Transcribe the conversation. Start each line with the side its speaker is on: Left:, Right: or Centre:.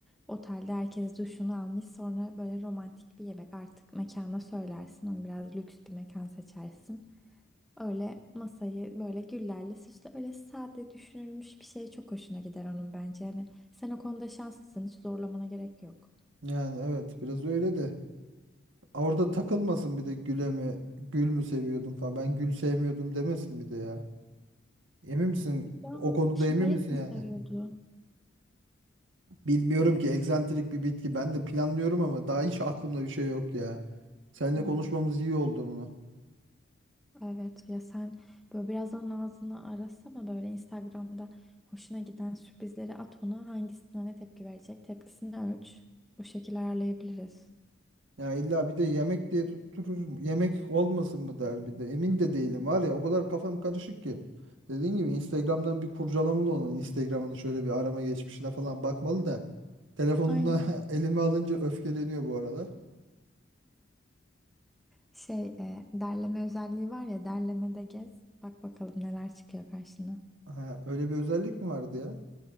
Centre: Otelde herkes duşunu almış sonra böyle romantik bir yemek artık mekana söylersin. Onu biraz lüks bir mekan seçersin. Öyle masayı böyle güllerle süsle öyle sade düşünülmüş bir şey çok hoşuna gider onun bence. Hani sen o konuda şanslısın hiç zorlamana gerek yok.
Right: yani evet biraz öyle de. Orada takılmasın bir de güle mi, gül mü seviyordum falan. Ben gül sevmiyordum demesin bir de ya. Emin misin?
Centre: Ya
Right: O konuda
Centre: şakayık
Right: emin misin
Centre: mı
Right: yani?
Centre: seviyordu?
Right: Bilmiyorum ki egzantrik bir bitki. Ben de planlıyorum ama daha hiç aklımda bir şey yok ya. Seninle
Centre: Hmm.
Right: konuşmamız iyi oldu bunu.
Centre: Evet ya sen böyle biraz onun ağzını arasana böyle Instagram'da hoşuna giden sürprizleri at ona hangisine ne tepki verecek tepkisini ölç. Bu şekilde ayarlayabiliriz.
Right: Ya illa bir de yemek diye tutturur. Yemek olmasın mı der bir de. Emin de değilim var ya o kadar kafam karışık ki. Dediğin gibi Instagram'dan bir kurcalamalı onun Instagram'ını şöyle bir arama geçmişine falan bakmalı da. Telefonunu
Centre: Aynen.
Right: <laughs> elime alınca öfkeleniyor bu aralar.
Centre: Şey e, derleme özelliği var ya derlemede gez bak bakalım neler çıkıyor karşına.
Right: Ha, öyle bir özellik mi vardı ya?